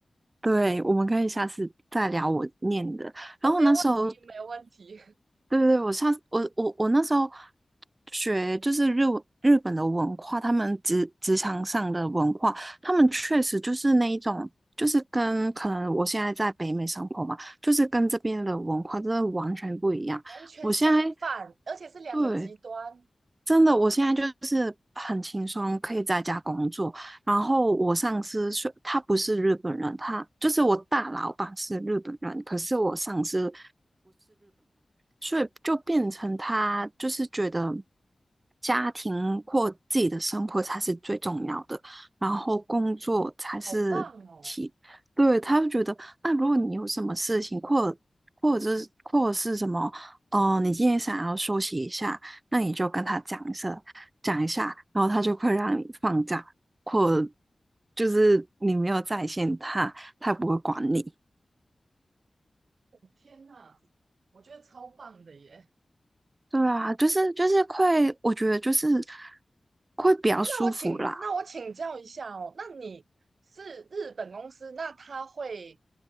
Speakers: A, on the right; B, on the right.
A: 对，我们可以下次再聊我念的。
B: 啊哦，
A: 然后那时候
B: 没问题，没问题，
A: 对对对，我上我我我那时候学就是日文日本的文化，他们职职场上的文化，他们确实就是那一种，就是跟可能我现在在北美生活嘛，就是跟这边的文化真的完全不一样。
B: <laughs> 完全相反，
A: 我现在
B: 而且是两个极端，
A: 对，真的，我现在就是很轻松，可以在家工作。然后我上司是，他不是日本人，他就是我大老板是日本人，可是我上司所以就变成他就是觉得家庭或自己的生活才是最重要的，然后工作才是其，
B: 好棒哦！
A: 对，他就觉得啊，如果你有什么事情，或或者是或者是什么，哦、你今天想要休息一下，那你就跟他讲一声，讲一下，然后他就会让你放假，或就是你没有在线他，他也不会管你。
B: 天哪，我觉得超棒的耶。
A: 对啊，就是就是会，我觉得就是会比较舒服啦。
B: 诶那我请，那我请教一下哦，那你是日本公司，那他会